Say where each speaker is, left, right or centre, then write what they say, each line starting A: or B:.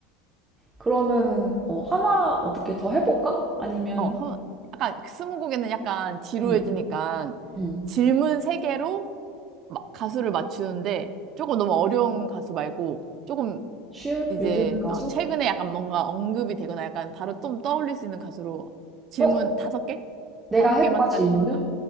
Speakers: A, on the right (about 20°); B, on the right (about 45°).
A: 그러면은, 어, 하나 어떻게 더 해볼까? 아니면,
B: 어, 한, 약간 스무고개는 약간 지루해지니까
A: 음, 음.
B: 질문 세개로 가수를 맞추는데 조금 너무 어려운 가수 말고 조금
A: 슈?
B: 이제
A: 요즘 가수?
B: 어, 최근에 약간 뭔가 언급이 되거나 약간 바로 좀 떠올릴 수 있는 가수로 질문
A: 어?
B: 다섯 개?
A: 내가
B: 다섯
A: 해볼까
B: 개만 해가지고
A: 질문을?
B: 해볼까?